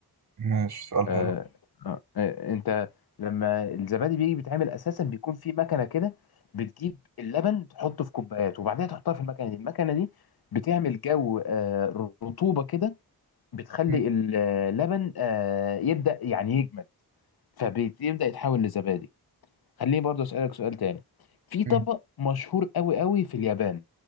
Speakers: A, on the right (about 45°); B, on the left (about 65°).
A: ماشي سؤال
B: آه،
A: حلو
B: آه، آه، انت لما الزبادي بيجي بيتعمل اساسا بيكون في مكنه كده بتجيب اللبن تحطه في كوبايات وبعدين تحطها في المكنه دي المكنه دي بتعمل جو آه، رطوبه كده بتخلي
A: مم.
B: اللبن آه، يبدا يعني يجمد فبيبدا يتحول لزبادي خليني برضه اسالك سؤال تاني في طبق
A: مم.
B: مشهور قوي قوي في اليابان